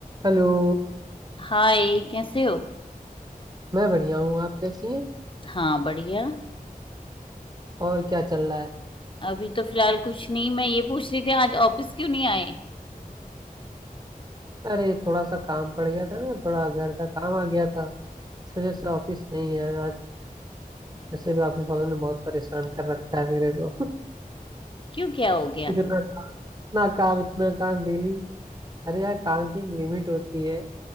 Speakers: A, on the right; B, on the left.
A: Hello
B: हाय कैसे हो
A: मैं बढ़िया हूँ आप कैसी हैं
B: हाँ बढ़िया
A: और क्या चल रहा है
B: अभी तो फिलहाल कुछ नहीं मैं ये पूछ रही थी आज ऑफिस क्यों नहीं आए
A: अरे थोड़ा सा काम पड़ गया था ना थोड़ा घर का काम आ गया था इस वजह से ऑफिस नहीं आया आज वैसे भी ऑफिस वालों ने बहुत परेशान कर रखा है मेरे को
B: क्यों क्या हो गया
A: <laughs> इतना काम इतना काम इतना काम डेली अरे यार काम की एक लिमिट होती है